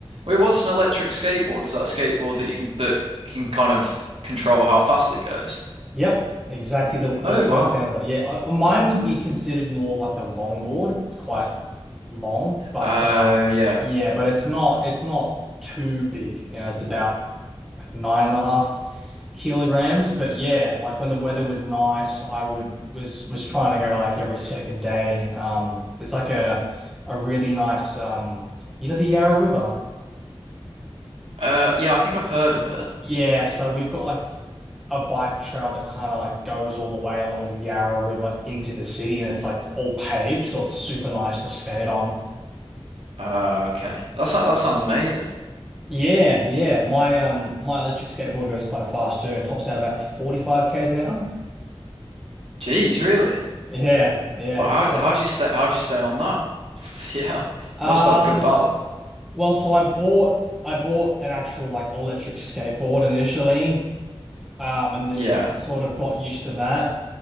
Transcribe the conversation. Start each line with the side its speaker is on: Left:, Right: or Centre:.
Right: Wait, what's an electric skateboard? Is that a skateboard that you can that can kind of control how fast it goes?
Centre: Yep, exactly the what
Right: Oh, wow.
Centre: what it sounds like. Yeah, I, mine would be considered more of like a longboard. It's quite long, but
Right: Oh,
Centre: um,
Right: yeah.
Centre: yeah, but it's not it's not too big. You know, it's about like nine and a half kilograms. But yeah, like when the weather was nice, I would was was trying to go like every second day. Um, there's like a a really nice um, you know, the Yarra River.
Right: Uh, yeah, I think I've heard of it.
Centre: Yeah, so we've got like a bike trail that kind of like goes all the way along the Yarra River into the city and it's like all paved, so it's super nice to skate on.
Right: Uh, okay. That's that that sounds amazing.
Centre: Yeah, yeah. My um my electric skateboard goes quite fast too. It tops out about 45 k's an hour.
Right: Jeez, really?
Centre: Yeah, yeah,
Right: Well, how
Centre: it's quite
Right: how do you stay how do you stay on that? <laughs> Yeah,
Centre: um
Right: you must have good balance.
Centre: well so I bought I bought an actual like electric skateboard initially um and then
Right: Yeah.
Centre: sort of got used to that